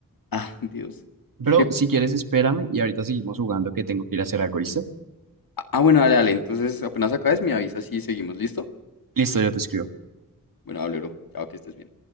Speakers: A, on the left; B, on the right.
A: Ah, Dios.
B: Bro,
A: ¿Qué?
B: si quieres, espérame y ahorita seguimos jugando que tengo que ir a hacer algo, ¿listo?
A: Ah, ah, bueno, dale, dale. Entonces, apenas acabes, me avisas y seguimos. ¿Listo?
B: Listo, yo te escribo.
A: Bueno, hablero. Chao, que estés bien.